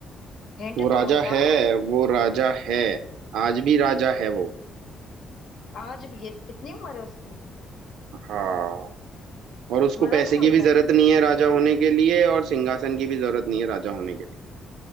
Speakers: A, on the left; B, on the right.
A: हिंट
B: वो राजा
A: दो ना
B: है वो राजा है आज भी राजा है वो
A: आज भी ये इतनी उम्र है उसकी
B: हाँ और उसको
A: मरा
B: पैसे
A: नहीं
B: की
A: अभी
B: भी जरूरत
A: तक
B: नहीं है राजा होने के लिए और सिंहासन की भी जरूरत नहीं है राजा होने के लिए